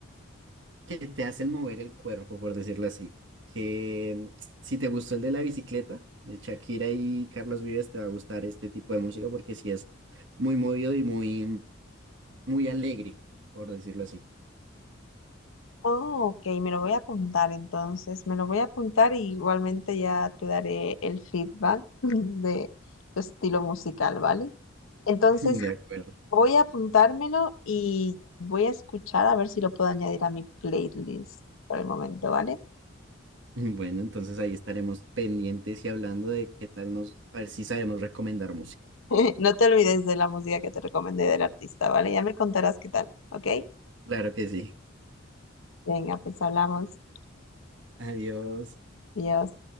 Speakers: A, on the right; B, on the left.
A: que te hacen mover el cuerpo, por decirlo así. Que mm, si te gustó el de la bicicleta, de Shakira y Carlos Vives, te va a gustar este tipo de música porque sí es muy movido y muy, muy alegre, por decirlo así.
B: Oh, ok, me lo voy a apuntar entonces, me lo voy a apuntar y igualmente ya te daré el feedback <laughs> de tu estilo musical, ¿vale? Entonces
A: <laughs> De acuerdo.
B: voy a apuntármelo y voy a escuchar a ver si lo puedo añadir a mi playlist por el momento, ¿vale?
A: <laughs> Bueno, entonces ahí estaremos pendientes y hablando de qué tal nos, a ver si sabemos recomendar música.
B: <laughs> No te olvides de la música que te recomendé del artista, ¿vale? Ya me contarás qué tal, ¿ok?
A: Claro que sí.
B: Venga, pues hablamos.
A: Adiós.
B: Adiós.